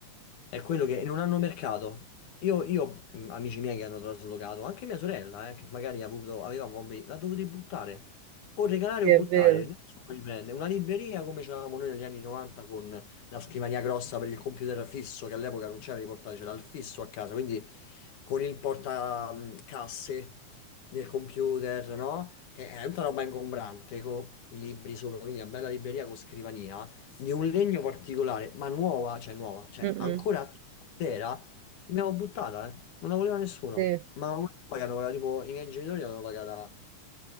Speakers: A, on the left; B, on the right.
A: È quello che non hanno mercato. Io, io, mh, amici miei che hanno traslocato, anche mia sorella, eh, che magari ha avuto, aveva mobili, l'ha dovuta buttare. O regalare
B: sì,
A: o
B: è
A: buttare,
B: vero.
A: nessuno li prende. Una libreria come c'avevamo noi negli anni 90 con la scrivania grossa per il computer fisso, che all'epoca non c'era riportato, c'era il fisso a casa, quindi con il portacasse del computer, no? Che è tutta roba ingombrante, con i libri sopra, quindi una bella libreria con scrivania, di un legno particolare, ma nuova, cioè nuova, cioè
B: Mm, mm,
A: ancora intera, l'abbiamo buttata, eh. Non la voleva nessuno,
B: sì.
A: ma una roba che hanno pagato, tipo, i miei genitori l'hanno pagata